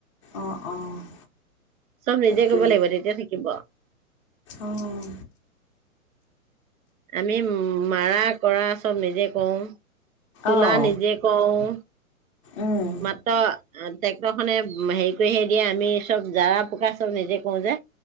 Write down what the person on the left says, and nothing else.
অ', অ',
তাকে
অ'।
অঁ
অঁ